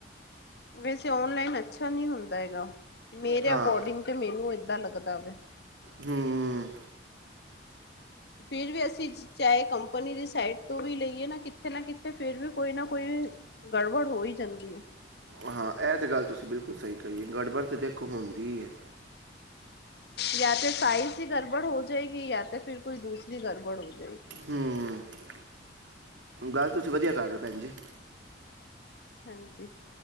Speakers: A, on the left; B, on the right.
A: ਵੈਸੇ ਓਂਨਲਾਈਨ ਅੱਛਾ ਨੀ ਹੁੰਦਾ ਹੈਗਾ ਮੇਰੇ
B: ਹਾਂ
A: ਅਕੋਰਡਿੰਗ ਤੇ ਮੈਨੂੰ ਏਦਾਂ ਲੱਗਦਾ। ਕਿੱਦਾਂ ਵੇ?
B: ਹਮ
A: ਫਿਰ ਵੀ ਅਸੀਂ ਚਾਹੇ ਕੰਪਨੀ ਦੀ ਸਾਈਟ ਤੋਂ ਵੀ ਲਈਏ ਨਾ, ਕਿਥੇ ਨਾ ਕਿਥੇ ਫਿਰ ਵੀ ਕੋਈ ਨਾ ਕੋਈ। ਗੜਬੜ ਹੋ ਹੀ ਜਾਂਦੀ ਹੈ।
B: ਹਾਂ ਇਹ ਤੇ ਗੱਲ ਤੁਸੀਂ ਬਿਲਕੁਲ ਸਹੀ ਕਹੀ ਏ ਗੜਬੜ ਤਾਂ ਦੇਖੋ ਹੁੰਦੀ ਹੈ।
A: ਯਾ ਤਾਂ ਸਾਈਜ਼ ਹੀ ਗੜਬੜ ਹੋ ਜਾਏਗੀ ਯਾ ਤਾਂ ਫਿਰ ਕੋਈ ਦੂਸਰੀ ਗੜਬੜ ਹੋ ਜਾਏਗੀ।
B: ਹੂੰ ਗੱਲ ਤੁਸੀਂ ਵਧੀਆ ਕਰ ਰਹੇ ਹੋ ਭੈਣ ਜੀ।
A: ਹਾਂਜੀ